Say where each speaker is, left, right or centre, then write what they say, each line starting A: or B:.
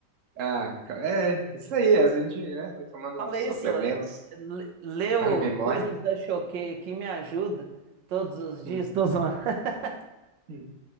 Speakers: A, on the right (about 50°); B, on the right (about 80°).
A: Ah, ca- é, isso aí, a gente, né, vai tomando
B: Fala
A: uns
B: isso,
A: suplementos
B: ó, eu le- leio
A: <laughs> pra memória.
B: coisas da Choquei aqui, me ajuda todos os dias.
A: Hum,
B: Tô zoando. <laughs>
A: hum.